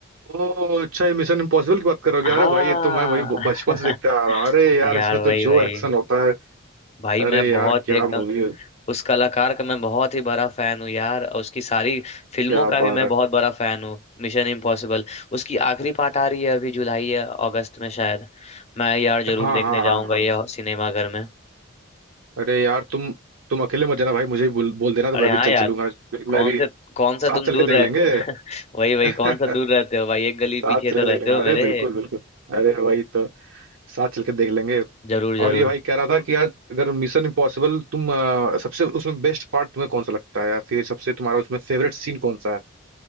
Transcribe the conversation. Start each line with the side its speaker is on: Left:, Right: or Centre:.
Right: ओ अच्छा ये मिशन इम्पॉसिबल की बात करोगे
Left: हाँ
Right: अरे भाई ये तो मैं वही ब- बचपन
Left: <laughs>
Right: से देखते आ रहा हूँ अरे यार
Left: यार
Right: इसमें तो
Left: वही
Right: जो
Left: वही
Right: एक्शन होता है
Left: भाई मैं
Right: अरे
Left: बहुत
Right: यार क्या
Left: ही एकदम
Right: मूवी है
Left: उस कलाकार का मैं बहुत ही बड़ा फैन हूँ यार और उसकी सारी फिल्मों
Right: क्या
Left: का
Right: बात
Left: भी मैं
Right: है
Left: बहुत बड़ा फैन हूँ मिशन इम्पॉसिबल उसकी आखिरी पार्ट आ रही है अभी जुलाई या अगस्त में शायद मैं यार जरूर
Right: हाँ
Left: देखने
Right: हाँ
Left: जाऊंगा
Right: हाँ हाँ
Left: ये सिनेमा घर में
Right: अरे यार तुम तुम अकेले मत जाना भाई मुझे भी बोल, बोल देना तो
Left: अरे
Right: मैं
Left: हाँ
Right: भी चल
Left: यार
Right: चलूंगा मैं
Left: कौन
Right: भी
Left: से कौन सा
Right: साथ
Left: तुम
Right: चल
Left: दूर
Right: के देख
Left: रहते
Right: लेंगे
Left: <laughs> वही वही
Right: <laughs>
Left: कौन सा दूर रहते हो भाई एक गली
Right: साथ
Left: पीछे
Right: चल
Left: तो
Right: के
Left: रहते
Right: देख लेंगे
Left: हो
Right: अरे
Left: मेरे
Right: बिल्कुल बिल्कुल अरे वही तो साथ चल के देख लेंगे
Left: जरूर जरूर
Right: और ये भाई कह रहा था कि आज अगर मिशन इम्पॉसिबल तुम अ, सबसे उसमें बेस्ट पार्ट तुम्हें कौन सा लगता है या फिर सबसे तुम्हारा उसमें फेवरेट सीन कौन सा है